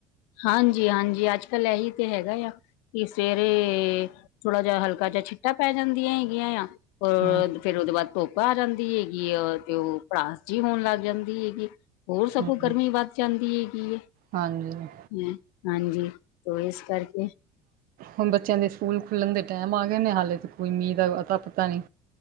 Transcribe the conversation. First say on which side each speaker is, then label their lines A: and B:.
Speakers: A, on the left (about 70°); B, on the right (about 55°).
A: ਹਾਂਜੀ-ਹਾਂਜੀ ਅੱਜ ਕੱਲ੍ਹ ਇਹੀ ਤੇ ਹੈਗਾ ਆ ਕਿ ਸਵੇਰੇ ਥੋੜਾ ਜਿਹਾ ਹਲਕਾ ਛਿੱਟਾਂ ਪੈ ਜਾਂਦੀਆਂ ਹੈਗੀਆਂ ਆ
B: ਹਮ
A: ਫਿਰ ਉਹਦੇ ਬਾਅਦ ਧੋਪ ਆ ਜਾਂਦੀ ਹੈਗੀ ਆ, ਤੇ ਓ ਭੜਾਸ ਜੀ ਹੋਨ ਲੱਗ ਜਾਂਦੀ ਹੈਗੀ। ਹੋਰ ਸਗੋਂ
B: ਹਮ
A: ਗਰਮੀ ਵੱਧ ਜਾਂਦੀ ਹੈਗੀ ਏ
B: ਹਾਂਜੀ
A: ਹ ਹਾਂਜੀ ਤੋ ਇਸ ਕਰਕੇ
B: ਹੁਨ ਬੱਚਿਆਂ ਦੇ ਸਕੂਲ ਖੁੱਲਣ ਦੇ ਟਾਈਮ ਆ ਗਏ ਨੇ ਹਾਲੇ ਤ ਕੋਈ ਮੀਂਹ ਦਾ ਅਤਾ ਪਤਾ ਨੀ